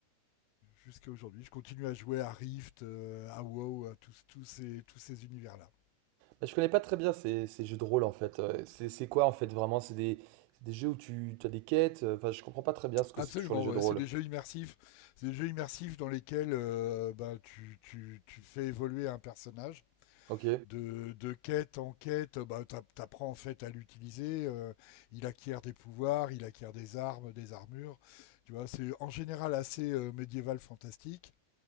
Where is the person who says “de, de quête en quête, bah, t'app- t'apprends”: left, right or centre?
Left